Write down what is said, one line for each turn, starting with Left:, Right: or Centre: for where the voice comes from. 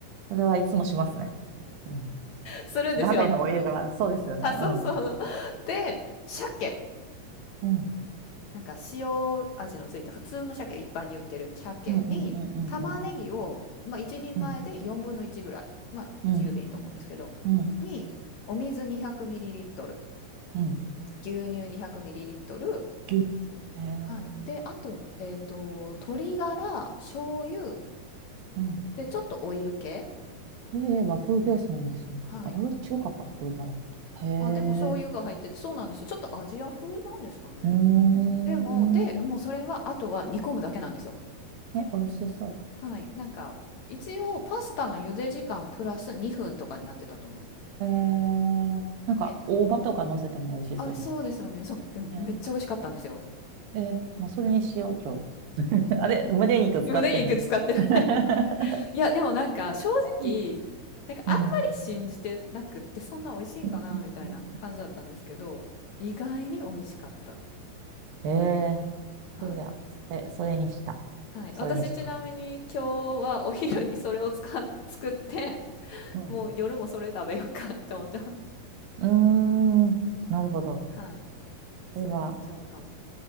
Right: それはいつもしますね。うん。
Left: するんですよ。
Right: 鍋のお湯が、そうですよね。
Left: あ、そうそう。
Right: うん。
Left: で、鮭
Right: うん。
Left: なんか塩味のついた普通の鮭、一般に売ってる鮭に玉ねぎを、
Right: うんうんうんうんうん。
Left: まあ、1人前で4分の1ぐらい、
Right: うん。
Left: まあ、
Right: うん。
Left: 自由でいいと思うんですけど、
Right: うん。
Left: にお水 200ml、
Right: うん。
Left: 牛乳 200ml、
Right: 牛乳、へえ、
Left: はい。で、あと、えっと、鶏ガラ、醤油、
Right: うん。
Left: で、ちょっとオイル系。
Right: ええ、和風ベースなんですね。
Left: はい。
Right: あ、これは中華か、鶏ガラ。へえ、
Left: あ、でも醤油が入ってて、そうなんですよ。ちょっとアジア風なんですかね。
Right: うーん。
Left: でも、で、もうそれは、あとは煮込むだけなんですよ。
Right: え、美味しそ
Left: はい。なんか、一応パスタの茹で時間プラス2分とかになってたと思います。
Right: う。ええ、なんか、
Left: で、
Right: 大葉とか乗せても美味しそうです
Left: あ、そうですよね。そう。でもめっちゃ美味しかったんですよ。
Right: ね。ええ、もうそれにしよう、今日。<laughs> あれ、胸肉使ってない。
Left: <laughs> でもね、肉使ってる。
Right: <laughs>
Left: <laughs> いや、でもなんか正直、
Right: うん。
Left: なんかあんまり信じてなくって、
Right: うん
Left: そんな美味しいんかなみたいな感じだったんですけど、
Right: うんうんうん
Left: 意外に美味しかったっ
Right: ええ、
Left: ていう。はい。
Right: そりゃ、それ、それにした。
Left: はい。
Right: それにします。
Left: 私ちなみに今日はお昼にそれを使っ、作って、
Right: うん。
Left: もう夜もそれ食べようかなって思ってます。
Right: うーん、なるほど。
Left: はい。それにしちゃうかも。
Right: これは、